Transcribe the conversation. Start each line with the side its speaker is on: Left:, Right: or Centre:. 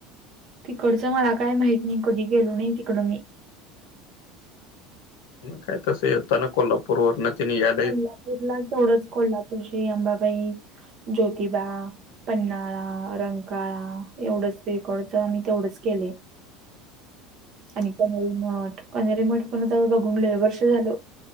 Right: तिकडचं मला काय माहत नाही कधी गेलो नाही तिकड मी
Left: काय त स होताना कोल पूर्वर्णननी या
Right: कोल्हापूरला जवढंच कोल्हापूरची अंबाबाई ज्योतिबा पन्नाळा रंकाळा एवढंच रेकॉडच मी तेवढंच केले
Left: हम्
Right: आणि कनेरी मठ कनेरी मठ पण जव बघून वर्ष झाल